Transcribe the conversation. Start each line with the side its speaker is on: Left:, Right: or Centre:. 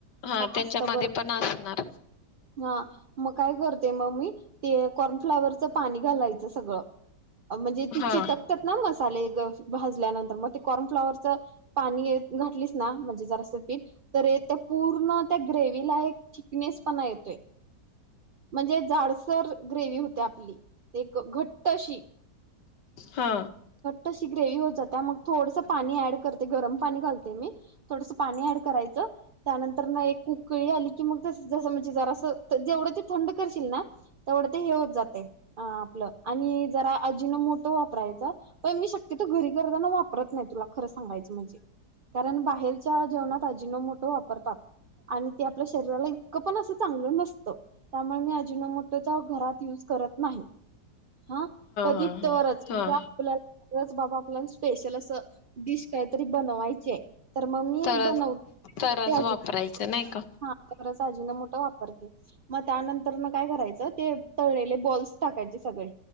Left: हा त्याच्यामध्ये
Right: असतं बरोबर
Left: पण
Right: आहे
Left: असणार <unintelligible>
Right: हा मग काय करते मग मी ते कॉर्नफ्लाॉवरच पाणी घालायचं सगळं म्हणजे ती
Left: हा
Right: चिटकतात ना मसाले भाजल्या नंतर मग ते कॉर्नफ्लावरच पाणी घातलीस ना म्हणजे जरास पिठ तर पूर्ण त्या ग्रेव्हीला येक थिकनेस पणा येतोय म्हणजे जाडसर ग्रेवी होते आपली एक घट्ट अशी
Left: हा
Right: तशी ग्रेवी होत जाता मग थोडसं पाणी ऍड कर ते गरम पाणी घालते मी थोडस पाणी अ‍ॅड करायचं त्यांतर एक उकळी आली मग ज जस म्हणजे जरा जेवढं ते थंड करशील ना तेवढं ते हे होत जातय आपलं आणि जरा अजिनो मोटो वापरायचं प मी शक्यतो घरी करताना वापरत नाही तुला खरं सांगायचं म्हणजे कारण बाहेरच्या जेवणात अजिनो मोटो वापरतात आणि ते आपल्या शरीराला इत क पण असं चांगलं नस त त्यामुळे मी <inaudible> मोठ घरात युज करत नाही हा कधी
Left: हा हा
Right: तरच
Left: हा
Right: म्हणजे आपल्याला तरच बाबा आपल्याला स्पेशल असं डिश काहीतरी बनवायचीय तर मग मी
Left: तरच
Right: बनवते
Left: तरच
Right: त्याजी
Left: वापरायचं नाही का
Right: हा तर अजिना मोटो वापरते मग त्यांनंतर न काय करायचं ते तळलेले बॉल्स टाकायचे सगळे